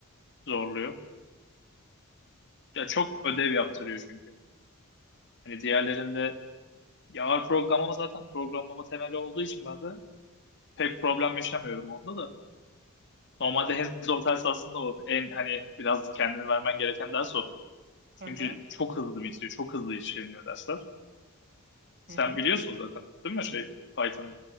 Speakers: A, on the left; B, on the right.
A: zorluyor. Ya çok ödev yaptırıyor çünkü. Hani diğerlerinde ya ağır programlama zaten programlama temeli olduğu için ben de pek problem yaşamıyorum onda da. Normalde hands-on ders aslında o. En hani biraz kendini vermen gereken ders o.
B: Aha.
A: Çünkü çok hızlı bitiyor. Çok hızlı işleniyor dersler. Sen
B: Hı hı.
A: biliyorsun zaten değil mi şey Python'ı?